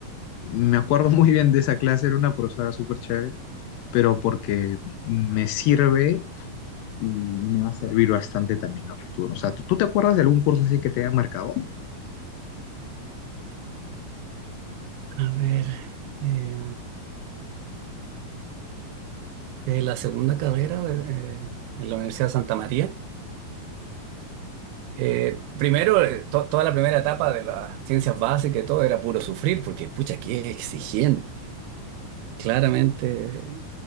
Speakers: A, on the left (about 80°); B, on the right (about 85°).
A: me acuerdo <laughs> muy bien de esa clase, era una profesora súper chévere, pero porque me sirve y me va a servir bastante también a futuro. O sea, ¿tú, tú te acuerdas de algún curso así que te haya marcado?
B: A ver, eh, eh, la segunda carrera de- eh, en la Universidad de Santa María. Eh, primero, eh, to- toda la primera etapa de las ciencias básicas y todo era puro sufrir, porque, pucha, qué exigente. Claramente,